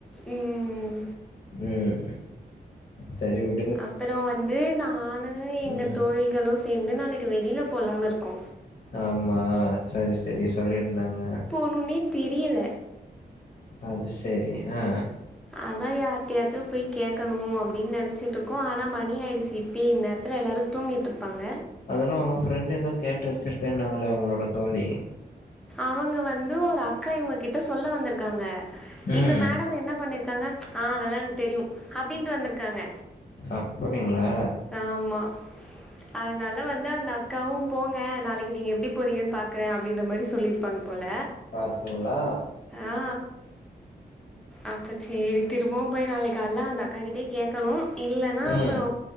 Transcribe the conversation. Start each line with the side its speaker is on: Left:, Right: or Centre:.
Centre: ம்
Left: உம் செரி வி
Centre: அப்பறோ வந்து நானு எங்க
Left: ம்.
Centre: தோழிகளு சேந்து நாளைக்கு வெளியில போலான்னு இருக்கோ
Left: ஆமா சரி சரி சொல்லியிருந்தாங்க
Centre: ஒனே தெரியல
Left: அது சரி ஆஹ்
Centre: அதா யார்ட்டயாச்சு போய் கேட்கணு அப்படின்னு நெனைச்சிட்டு இருக்கோ ஆனா மணி ஆயிடுச்சு ட்டி இன்நேரத்தில எல்லாரும் தூங்கிட்ருப்பாங்க
Left: அதென்னோ அவங்க ஃப்ரெண்ட் ஏதோ கேட்டு வச்சிருக்கேன்னாங்களே உங்களோட தோழி
Centre: அவங்க வந்து ஒரு அக்கா இவங்க கிட்ட சொல்ல வந்திருக்காங்க
Left: ம்.
Centre: இந்த மேடம் என்ன பண்ணிரு இருக்காங்க ஆ அதெல்லா எனக்கு தெரியு அப்படின்னுட்டு வந்திருக்காங்க
Left: அப்டிங்களா
Centre: ஆமா அதனால வந்து அந்த அக் காவும் போங்க நாளைக்கு நீங்க எப்டி போறீங்கன்னு பாக்குறே அப்டின்ற மாரி சொல்லிருப்பாங்க போல
Left: பாத்திங்ளா
Centre: ஆ அப்ப சேரி திரும்பவு போய் நாளை கால்ல அந்த அக்காகிட்டயே கேட்கணு இல்லனா அப்பறோ
Left: ம்